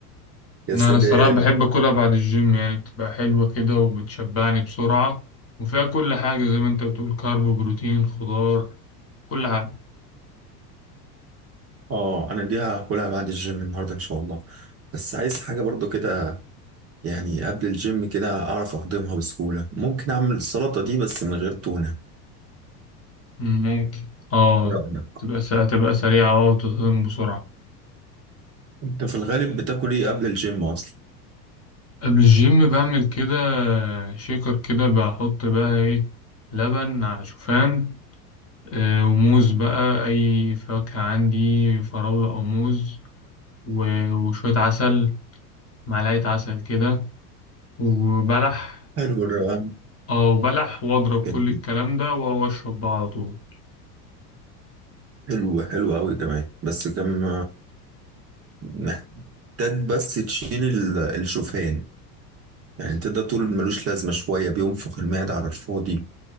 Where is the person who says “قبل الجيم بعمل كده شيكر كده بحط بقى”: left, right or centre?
Left